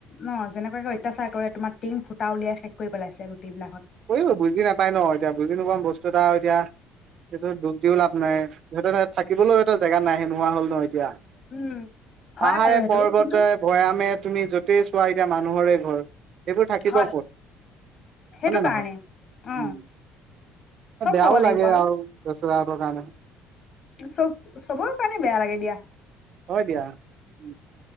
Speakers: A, on the left (about 35°); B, on the right (about 45°).
A: ন যেনেকুৱাকে অত্যাচাৰ কৰে তোমাৰ টিং ফুটা উলিয়াই। কৰি পেলাইছে গোটেই বিলাকত।
B: কৰিব বুজি নাপাই ন এতিয়া বুজি নোপোৱাওঁ বস্তু এটা এতিয়া এইটো দুখ দিও লাভ নাই সিহঁতে থাকিবলৈ এটা জেগা নে নোহোৱা হল ন এতিয়া
A: উম হয়
B: পাহাৰে
A: বাৰু সেইটো
B: পৰ্বতে
A: কিন্তু
B: ভৈয়ামে তুমি য'তেই চোৱ এতিয়া মানুহৰে ঘৰহ এইবোৰ থাকিব
A: হয়
B: কত।
A: সেইটো কাৰণে
B: নহয়?
A: অ
B: উম,
A: চব
B: বেয়াও
A: চাব লাগিব
B: লাগে
A: আৰু
B: বেচেৰাহঁতৰ কাৰণে
A: চব চবৰ কাৰণে বেয়া লাগে দিয়া
B: হয় দিয়া উ